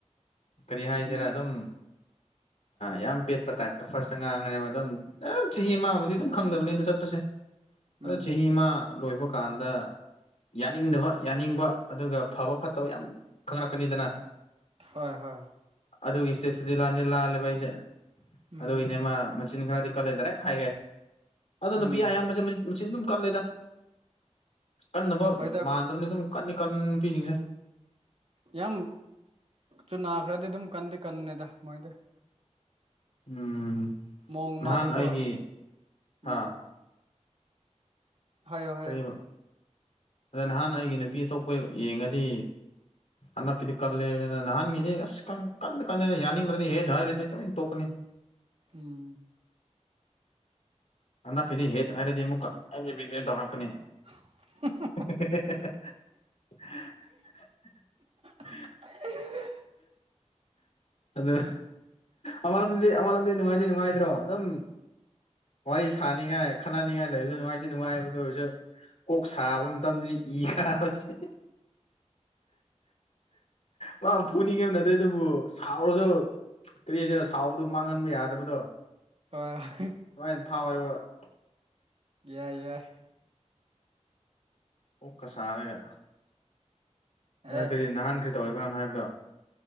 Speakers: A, on the left; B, on the right.
A: ꯀꯔꯤ ꯍꯥꯏꯁꯤꯔꯥ
B: ꯎꯝ
A: ꯑꯗꯨꯝ
B: <inaudible>
A: ꯌꯥꯝ ꯄꯦꯠꯄ ꯇꯥꯏꯞꯇ ꯐꯥꯔꯁꯇ ꯉꯥꯡꯈ꯭ꯔꯦꯕ ꯑꯗꯨꯝ ꯆꯍꯤ ꯑꯃꯗꯤ ꯑꯃꯥꯕꯨꯗꯤ ꯑꯗꯨꯝ ꯈꯪꯗꯕꯅꯦ ꯑꯗꯣ ꯆꯠꯄꯁꯦ ꯑꯗꯣ
B: ꯎꯝ
A: ꯆꯍꯤ ꯑꯃ ꯂꯣꯏꯕ ꯀꯥꯟꯗ ꯌꯥꯅꯤꯡꯗꯕ ꯌꯥꯅꯤꯡꯕ ꯑꯗꯨꯒ ꯐꯕ ꯐꯠꯇꯕ ꯌꯥꯝ ꯈꯪꯂꯛꯀꯅꯤꯗꯅ
B: ꯍꯣꯏ ꯍꯣꯏ
A: ꯑꯗꯨꯒꯤ ꯁꯇꯦꯖꯇꯨꯗꯤ ꯂꯥꯟꯗꯤ ꯂꯥꯜꯂꯦꯕ ꯑꯩꯁꯦ
B: ꯎꯝ
A: ꯑꯗꯨꯒꯤꯅꯦ ꯃꯥ ꯃꯆꯤꯟ ꯈꯔꯗꯤ ꯀꯜꯂꯦ ꯗꯥꯔꯦꯛ ꯍꯥꯏꯒꯦ ꯑꯗꯣ
B: ꯎꯝ
A: ꯅꯨꯄꯤ ꯑꯌꯥꯝꯕꯖꯦ ꯃꯆꯤꯟ ꯗꯨꯝ ꯀꯜꯂꯦꯗ꯫ ꯀꯟꯅꯕ
B: ꯍꯣꯏꯗ
A: ꯃꯥꯟꯗꯕꯅꯤ ꯑꯗꯨꯝ ꯀꯟꯗꯤ ꯀꯟꯕꯅꯦ ꯅꯨꯄꯤꯁꯤꯡꯁꯦ
B: ꯌꯥꯝ ꯁꯨ ꯅꯥꯈ꯭ꯔꯗꯤ ꯑꯗꯨꯝ ꯀꯟꯗꯤ ꯀꯟꯅꯦꯗ ꯃꯣꯏꯗꯤ ꯫
A: ꯎꯝ
B: ꯃꯑꯣꯡ ꯑꯃꯗꯀꯣ
A: ꯅꯍꯥꯟ ꯑꯩꯒꯤ ꯍꯥ
B: ꯎꯝ ꯍꯥꯏꯌꯣ ꯍꯥꯏꯌꯣ
A: ꯀꯩꯑꯕ ꯅꯍꯥꯟ ꯑꯩꯒꯤ ꯅꯨꯄꯤ ꯑꯇꯣꯞꯄ ꯌꯦꯡꯉꯗꯤ ꯍꯟꯗꯛꯀꯤꯗꯤ ꯀꯜꯂꯦꯕꯅꯤꯅ ꯅꯍꯥꯟꯒꯤꯗꯤ ꯑꯁ ꯀꯟꯗ ꯀꯟꯗ ꯌꯥꯅꯤꯡꯗ꯭ꯔꯗꯤ ꯍꯦꯠ ꯍꯥꯏꯔꯗꯤ ꯇꯨꯃꯤꯟ ꯇꯣꯛꯀꯅꯤ꯫
B: ꯎꯝ
A: ꯍꯟꯛꯀꯤꯗꯤ ꯍꯦꯠ ꯍꯥꯏꯔꯗꯤ ꯑꯃꯨꯛꯀ ꯑꯩ <unintelligible> ꯇꯧꯔꯛꯀꯅꯤ꯫
B: <inaudible>
A: <inaudible>
B: ꯎ <inaudible>
A: ꯑꯗꯨ ꯑꯃꯔꯣꯝꯗꯗꯤ ꯑꯃꯔꯣꯝꯗꯗꯤ ꯅꯨꯡꯉꯥꯏꯗꯤ ꯅꯨꯡꯉꯥꯏꯗ꯭ꯔꯣ ꯑꯗꯨꯝ ꯋꯥꯔꯤ ꯁꯥꯅꯤꯡꯉꯥꯏ ꯈꯟꯅꯅꯤꯡꯉꯥꯏ ꯂꯩꯕꯁꯦ ꯅꯨꯡꯉꯥꯏꯗꯤ ꯅꯨꯡꯉꯥꯏꯌꯦꯕ ꯑꯗꯨ ꯑꯣꯏꯔꯁꯨ ꯀꯣꯛ ꯁꯥꯕ ꯃꯇꯝꯗꯗꯤ ꯏ ꯀꯥꯕꯁꯤ ꯫ ꯃꯥ ꯐꯨꯅꯤꯡꯉꯝꯅꯤ ꯑꯗꯨꯗꯕꯨ ꯁꯥꯎꯔꯖꯨ ꯀꯔꯤ ꯍꯥꯏꯁꯤꯔꯥ ꯁꯥꯎꯕꯗꯣ ꯃꯥꯡꯍꯟꯕ ꯌꯥꯗꯕꯗꯣ
B: ꯍꯣꯏ
A: ꯗꯨꯃꯥꯏꯟ ꯐꯥꯎꯋꯦꯕ ꯫
B: ꯌꯥꯏ ꯌꯥꯏ
A: ꯀꯣꯛꯀ ꯁꯥꯔꯒ꯫ ꯅ
B: ꯑꯦ
A: ꯀꯔꯤ ꯅꯍꯥꯟ ꯀꯔꯤ ꯇꯧꯋꯦꯕ <unintelligible> ꯍꯥꯏꯕꯗꯣ